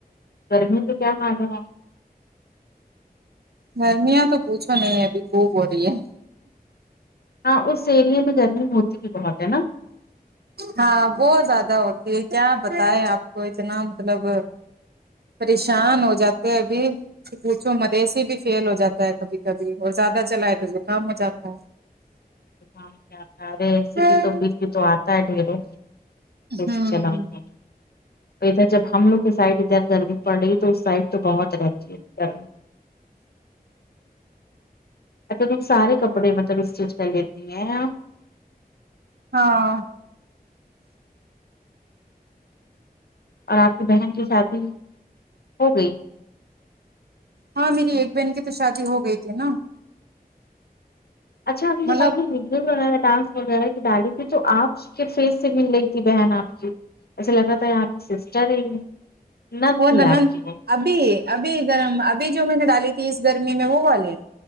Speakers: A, on the left; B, on the right.
A: گرمی تو کیا حال ہے
B: گرمیاں تو پوچھو نہیں ابھی خوب ہو رہی ہے
A: ہاں اس ایریے میں گرمی ہوتی بھی بہت ہے نا
B: ہاں بہت زیادہ ہوتی ہے کیا بتائے اپ کو اتنا مطلب پریشان ہو جاتے ہیں ابھی پوچھو مت اے سی بی فیل ہو جاتا ہے کبھی کبھی اور زیادہ چلائے تو زکام ہو جاتا ہے
A: تا ہے ارے ای سے
B: ہے
A: بھی تو بل بھی تو اتا ہے ڈھیروں بس
B: ہوں
A: چلاو کر تو ادھر جب ہم لوگ کی سائڈ ادھر گرمی پڑ رہی ہے تو اس سائڈ تو بہت رہتی ہےر اچھا تم سارے کپڑے مطلب اسٹچ کر لیتی ہیں اپ
B: ہاں
A: اور آپ کی بہن کی شادی ہو گئی
B: ہاں میری ایک بہن کی تو شادی ہو گئی تھی نا
A: اچھا جو
B: مطلب
A: ب بناا تھاس وغیرہ کی ڈیڈی تھی تو آپ کے فیس سے مل رہی تھی بہن آپ کی ایسے لگاتا ہے یہ آپ کی سسٹر ہے نند
B: وہ
A: تھی
B: ن
A: آپ کی وہ
B: ابھی ابھی گرم ابھی جو میں نے ڈالی تھی اس گرمی میں وہ والی